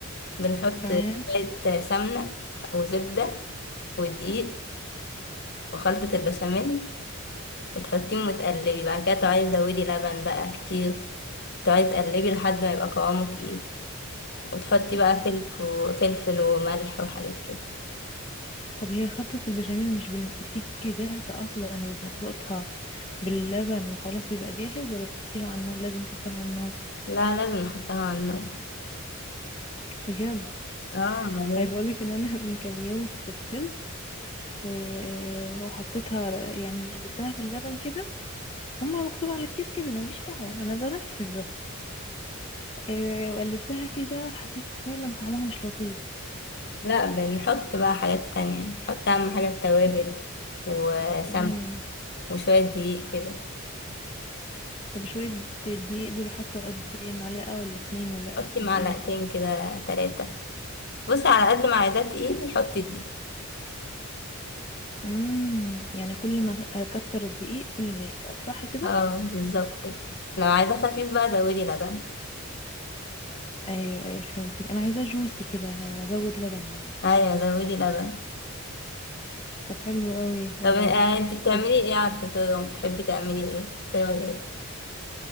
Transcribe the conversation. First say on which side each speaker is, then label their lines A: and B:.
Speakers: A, on the left; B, on the left.
A: بنحط
B: تمام
A: شويه سمنه وزبده ودقيق وخلطه البشاميل وتحطيهم وتقلبي بعد كده تقعدي تزودي لبن بقى كتير تقعدي تقلبي لحد ما يبقى قوامه تقيل وتحطي بقى فلفل وفلفل وملح وحاجات كده
B: طب هي خلطة البشاميل مش بن... بتيجي جاهزة اصلا وبنخلطها باللبن وخلاص بيبقى جاهز ولا بتحطيها على النار لازم نحطها على النار
A: لا لازم نحطها على النار
B: بجد
A: اه ليه
B: عايزة اقولك ان انا <laughs> من كام يوم استسهلت و... وحطيتها يعني قلبتها في اللبن كده هما مكتوب على الكيس كده انا ماليش دعوة انا بنفذ بس آه، وقلبتها كده حسيت فعلا طعمها مش لطيف
A: لا بنحط بقى حاجات تانية نحط أهم حاجة التوابل وسمن
B: امم
A: وشوية دقيق كده
B: طب شوية دقيق دول حاطة قد ايه معلقة ولا اتنين ولا
A: حطي معلقتين
B: قد ايه
A: كده تلاتة بصي على قد ما عايزاه تقيل حطي دقيق
B: امم يعني كل ما اكتر الدقيق كل ما يتقل صح كده
A: اه بالظبط كده لو عايزاه خفيف بقى زودي لبن
B: ايوه ايوه فهمتك انا عايزاه جوسي كده هزود لبن بقى
A: ايوه زودي لبن
B: طب حلو قوي والله
A: طب آه، انتي بتعملي
B: طب
A: ايه على الفطار بتحبي تعملي ايه فطار ايه